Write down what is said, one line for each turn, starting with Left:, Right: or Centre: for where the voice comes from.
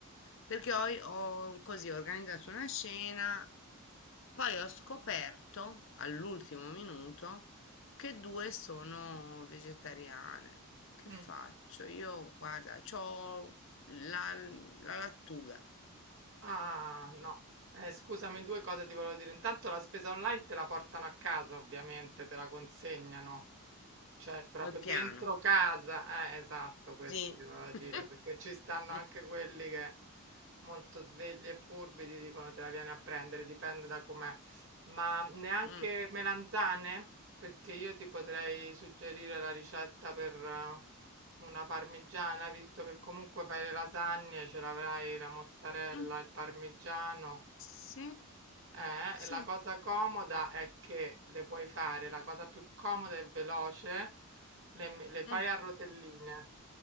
Left: perché ho, ho così organizzato una scena, poi ho scoperto all'ultimo minuto che due sono vegetariane. Che
Right: Mh.
Left: faccio? Io, guarda, c'ho la, la lattuga
Right: Ah, no. Eh, scusami, 2 cose ti volevo dire. Intanto la spesa online te la portano a casa ovviamente, te la consegnano. Cioè, proprio
Left: al piano.
Right: dentro casa, eh, esatto, questo
Left: Sì.
Right: ti volevo dire,
Left: <laughs>
Right: perché ci stanno anche quelli che molto svegli e furbi ti dicono te la vieni a prendere, dipende da com'è. Ma neanche
Left: Mm,
Right: melanzane? Perché io ti potrei suggerire la ricetta per eh, una parmigiana, visto che comunque fai le lasagne, ce l'avrai la mozzarella,
Left: mm,
Right: il parmigiano.
Left: Sì,
Right: Eh,
Left: sì.
Right: la cosa comoda è che le puoi fare, la cosa più comoda e veloce, le, le fai
Left: mm,
Right: a rotelline,